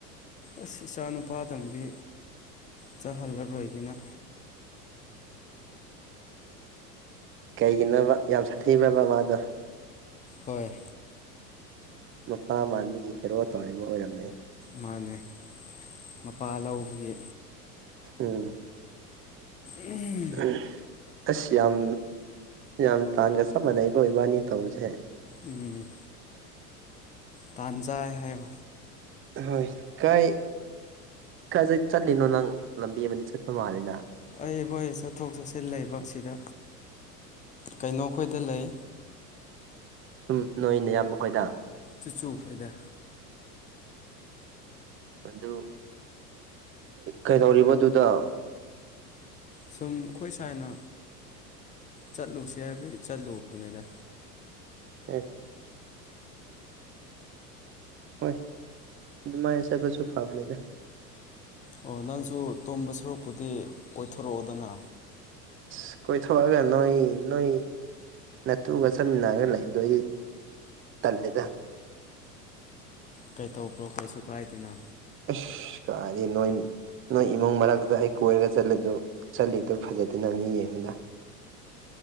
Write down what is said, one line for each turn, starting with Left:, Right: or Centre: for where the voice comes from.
Left: ꯑꯁ ꯏꯆꯥ ꯅꯨꯄꯥꯗꯪꯗꯤ ꯆꯥꯍꯜꯂꯔꯣꯏꯒꯤꯅ
Right: ꯀꯩꯒꯤꯅꯣꯕ ꯌꯥꯝ ꯁꯥꯊꯤꯔꯕ ꯃꯥꯗꯣ
Left: ꯍꯣꯏ
Right: ꯃꯄꯥ ꯃꯥꯟꯕꯒꯤ ꯍꯦꯔꯣ ꯇꯧꯔꯤꯕ ꯑꯣꯏꯔꯝꯅꯦ
Left: ꯃꯥꯅꯦ ꯃꯄꯥ ꯂꯧꯕꯒꯤ
Right: ꯎꯝ
Left: ꯎꯝ
Right: ꯎ ꯑꯁ ꯌꯥꯝ ꯌꯥꯝ ꯇꯥꯟꯒ ꯆꯞ ꯃꯥꯟꯅꯩꯒ ꯏꯕꯥꯅꯤ ꯇꯧꯕꯁꯦ
Left: ꯎꯝ ꯄꯥꯟꯖꯥꯏ ꯍꯥꯏꯌꯣ
Right: ꯍꯣꯏ ꯀꯥꯏ ꯀ ꯆꯠꯂꯤꯅꯣ ꯅꯪ ꯂꯝꯕꯤ ꯑꯃꯗꯤ ꯆꯠꯄ ꯃꯥꯜꯂꯤꯦꯗ
Left: ꯑꯩ ꯍꯣꯏ ꯆꯠꯊꯣꯛ ꯆꯠꯁꯤꯟ ꯂꯩꯕꯁꯤꯗ ꯀꯩꯅꯣꯈꯣꯏꯗ ꯂꯩ
Right: ꯁꯨꯝ ꯅꯣꯏꯅ ꯌꯥꯝꯕ ꯑꯩꯈꯣꯏꯗ
Left: ꯆꯨꯆꯨ ꯈꯣꯏꯗ
Right: ꯑꯗꯨ ꯀꯩꯗꯧꯔꯤꯕꯗꯨꯗ
Left: ꯁꯨꯝ ꯑꯩꯈꯣꯏ ꯁꯅ ꯆꯠꯂꯨꯁꯤ ꯍꯥꯏꯕꯒꯤ ꯆꯠꯂꯨꯕꯅꯤꯗ
Right: ꯎꯝ ꯍꯣꯏ ꯑꯗꯨ ꯃꯥꯏꯅ ꯆꯠꯄꯁꯨ ꯐꯕꯅꯤꯗ
Left: ꯑꯣ ꯅꯪꯁꯨ ꯇꯣꯝꯕ ꯁꯔꯨꯛꯄꯨꯗꯤ ꯀꯣꯏꯊꯣꯔꯛꯑꯣꯗꯅ
Right: ꯑ ꯀꯣꯏꯊꯣꯛꯑꯒ ꯅꯣꯏ ꯅꯣꯏ ꯅꯠꯇꯨꯒ ꯆꯠꯃꯤꯟꯅꯔꯒ ꯂꯩꯕꯗꯣ ꯑꯩ ꯇꯜꯂꯦꯗ
Left: ꯀꯩꯇꯧꯕ꯭ꯔꯣ ꯀꯩꯁꯨ ꯀꯥꯏꯗꯅ
Right: ꯑꯦꯁ ꯀꯗꯤ ꯅꯣꯣꯏ ꯅꯣꯏ ꯏꯃꯨꯡ ꯃꯔꯛꯇꯨ ꯑꯩ ꯀꯣꯏꯔꯒ ꯆꯠꯂꯗꯨ ꯆꯠꯂꯤꯗꯨ ꯐꯖꯗꯅ ꯃꯤ ꯌꯦꯡꯕꯗ